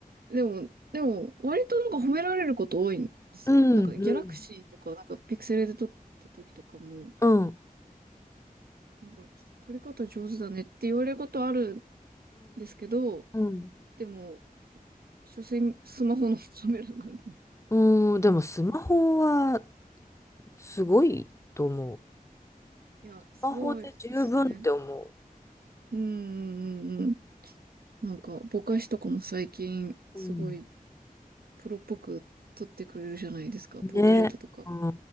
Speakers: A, on the right; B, on the left.
A: でも、でも、割となんか褒められること多いんですよ。
B: うん。
A: なんか、ギャラクシーとか、なんか、ピクセルで撮った時とかも、
B: うん。うん。
A: なんか、取り方上手だねって言われることあるんですけど、
B: うん。
A: でも、所詮スマホのカメラなんで。
B: うん。でもスマホはすごいと思う。ス
A: いや、すごいですね。
B: マホで十分って思
A: うん、うん、うん。なんか、ぼかしとかも最近、
B: ううん。
A: すごいプロっぽく撮ってくれるじゃないですか、
B: ね。
A: ポートレートとか。
B: う